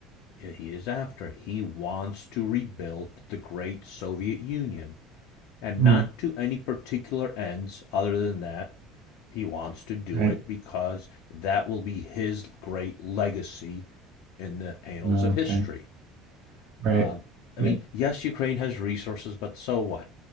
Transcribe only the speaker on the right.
Hmm,
right.
Okay.
Right.
Right.